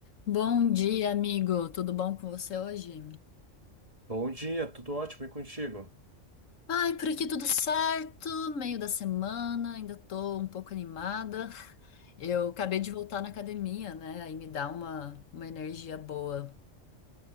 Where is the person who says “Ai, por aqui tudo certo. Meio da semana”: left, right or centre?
Left